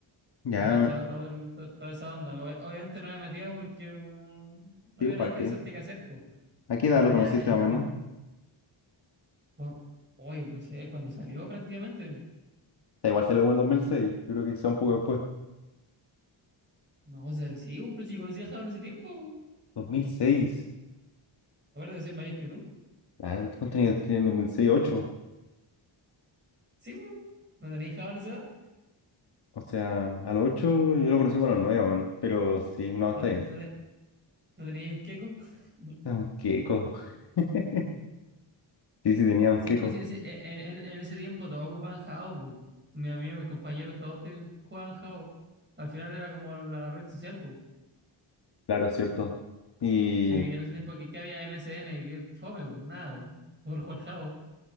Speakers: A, on the left (about 55°); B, on the right (about 20°).
A: Ya,
B: Ya cachaba todo el- to- toda esa onda. Ob- Obviamente no me metía porque como no
A: sí,
B: había
A: ¿para
B: nada interesante
A: qué?
B: que hacer, pues.
A: ¿A qué
B: Pero
A: edad lo
B: ya
A: conociste
B: en
A: más o menos?
B: tem-
A: O
B: bueno, hoy, no sé, cuando salió prácticamente.
A: sea, igual salió como en 2006. yo creo que quizá un poco después.
B: No, o sea, el- sí, pues, pero si conocía a Java en ese tiempo.
A: 2006.
B: Ahora que soy mayor que tú.
A: Claro, ¿tú cuántos años tenías en dos mil seis 8?
B: Sí, pues. ¿No tenías Java en esa edad?
A: O sea, a los 8 yo lo conocí como a los 9 más o menos. Pero sí, no, está
B: ¿No, ten-
A: bien.
B: no ten- no teníais un queco? <laughs>
A: Es un queco. <laughs> Sí, sí, tenía un
B: Sí,
A: queco,
B: pues en ese, en, en- en ese tiempo todos ocupaban Java, pues. Mis amigos, mis compañeros, todos ten- jugaban Java. Al final era como la red social, pues.
A: claro, es cierto. Y
B: Sí, en ese tiempo que, que había MSN, que fome, pues nada, por Juan Jao,